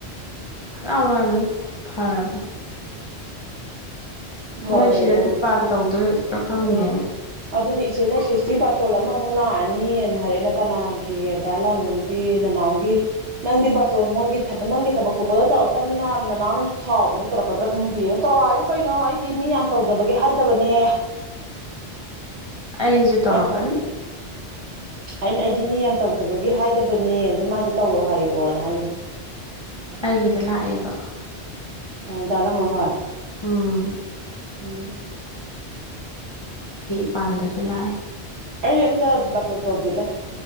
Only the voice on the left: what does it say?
ꯐꯔꯃꯅꯤ ꯐꯔꯔꯃꯅꯤ
ꯃꯣꯏ ꯁꯤꯗ ꯗꯤꯄꯥꯟ ꯇꯧꯗꯣꯏꯒ ꯈꯪꯗꯦꯅꯦ
ꯑꯩꯁꯨ ꯇꯧꯔꯀꯅꯤ
ꯑꯩꯒꯤꯗ ꯂꯥꯛꯑꯦꯕ
ꯑꯥ
ꯃꯄꯥꯟꯗꯁꯨ ꯂꯥꯛꯑꯦ